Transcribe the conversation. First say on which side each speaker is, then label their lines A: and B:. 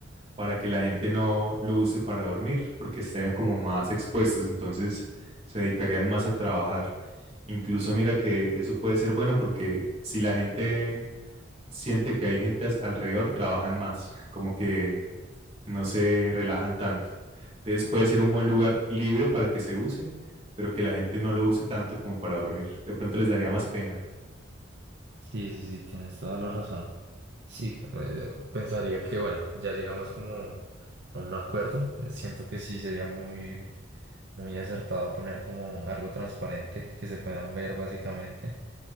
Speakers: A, on the right (about 30°); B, on the right (about 60°).
A: para que la gente no lo use para dormir, porque estarían como más expuestos, entonces se dedicarían más a trabajar. Incluso mira que eso puede ser bueno porque si la gente siente que hay gente as- alrededor, trabajan más, <laughs> como que no se relajan tanto. Entonces puede ser un buen lugar libre para que se use, pero que la gente no lo use tanto como para dormir. De pronto les daría más pena.
B: Sí, sí, sí, tienes toda la razón. Sí, eh, pensaría que, bueno, ya llegamos como a un acuerdo. Eh, Siento que sí sería muy, muy acertado poner como algo transparente que se puedan ver básicamente.